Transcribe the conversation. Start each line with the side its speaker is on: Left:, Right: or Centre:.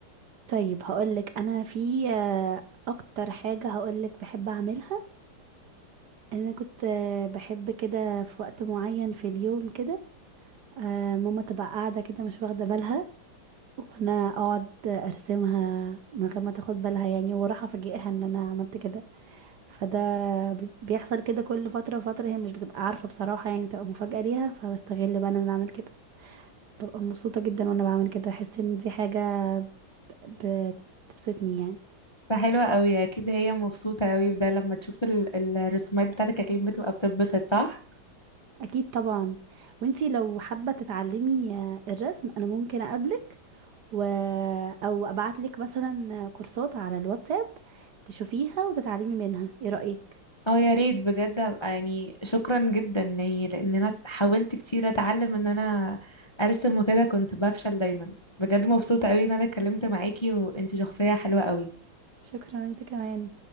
Right: طيب هقولك انا في آه، اكتر حاجة هقولك بحب اعملها انا كنت آه، بحب كده في وقت معين في اليوم كده آه ماما تبقى قاعدة كده مش واخدة بالها وانا اقعد ارسمها من غير ما تاخد بالها يعني واروح افاجئها ان انا عملت كده فده بي- بيحصل كده كل فترة وفترة هي مش بتبقى عارفة بصراحة يعني بتبقى مفاجأة ليها فبستغل بقى ان انا اعمل كده ببقى مبسوطة جدا وانا بعمل كده بحس ان دي حاجة بتبسطني يعني
Left: فحلوة قوي اكيد هي مبسوطة قوي بده لما تشوف ال- الرسومات بتاعتك اكيد بتبقى بتتبسط صح
Right: اكيد طبعا وانتي لو حابة تتعلمي آه، الرسم انا ممكن اقابلك و... او ابعتلك مثلا كورسات على الواتساب تشوفيها وتتعلمي منها ايه رأيك
Left: اه يا ريت بجد ابقى يعني شكرا جدا يعني لان انا حاولت كتير اتعلم ان انا ارسم وكده كنت بفشل دايما بجد مبسوطة قوي ان انا اتكلمت معاكي وانتي شخصية حلوة قوي
Right: شكرا انت كمان